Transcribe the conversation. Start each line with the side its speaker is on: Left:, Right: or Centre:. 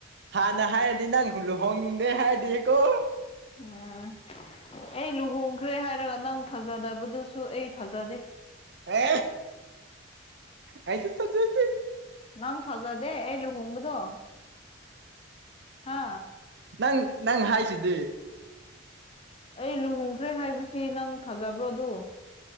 Right: ꯍꯥ ꯍꯥ ꯍꯥꯩ ꯅꯪ ꯊꯥ ꯗ ꯍꯥꯏꯔꯗꯤ ꯅꯪꯁꯨ ꯂꯨꯍꯣꯡꯗꯦ ꯍꯥꯏꯔꯗꯤꯀꯣ
Left: ꯎꯝ ꯑꯩ ꯂꯨꯍꯣꯡ ꯈ꯭ꯔꯦ ꯍꯥꯏꯔꯒ ꯅꯪ ꯊꯥꯖꯗꯕꯗꯨꯁꯨ ꯑꯩ ꯊꯥꯖꯗꯦ
Right: ꯑ ꯑꯩꯁꯨ ꯊꯖꯗꯦ
Left: ꯅꯪ ꯐꯖꯗꯦ ꯑꯩ ꯂꯨꯍꯣꯡꯕꯗꯣ ꯍꯥ
Right: ꯅꯪ ꯅꯪ ꯍꯥꯏꯁꯤꯗꯤ
Left: ꯑꯩ ꯂꯨꯍꯣꯡꯈ꯭ꯔꯦ ꯍꯥꯏꯕꯁꯤ ꯅꯪ ꯊꯥꯖꯕ꯭ꯔꯣ ꯑꯗꯨ